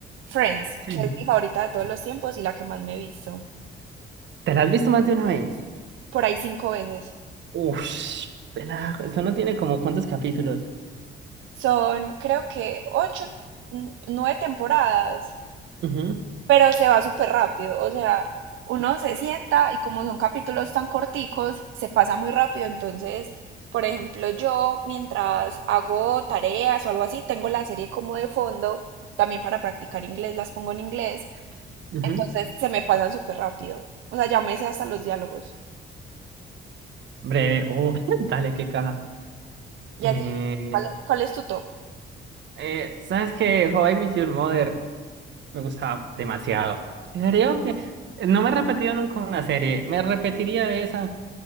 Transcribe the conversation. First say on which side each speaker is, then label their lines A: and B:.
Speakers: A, on the right; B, on the right.
A: Friends,
B: sí,
A: que es mi favorita de todos los tiempos y la que más me he visto.
B: ¿te la has visto más de una vez?
A: Por ahí cinco veces.
B: Uff, eso no tiene como cuántos capítulos.
A: Son, creo que, ocho, nueve temporadas.
B: Ujú,
A: pero se va súper rápido, o sea, uno se sienta y como son capítulos tan corticos, se pasa muy rápido, entonces, por ejemplo, yo mientras hago tareas o algo así, tengo la serie como de fondo, también para practicar inglés, las pongo en inglés,
B: ujú.
A: entonces se me pasan súper rápido, o sea, ya me sé hasta los diálogos.
B: Breve, oh, <laughs> dale, qué caja.
A: ¿Y
B: Eh,
A: a ti? ¿Cuál, cuál es tu top?
B: eh, ¿sabes qué? How I Met Your Mother me gustaba demasiado. Creo que no me he repetido nunca una serie, me repetiría esa,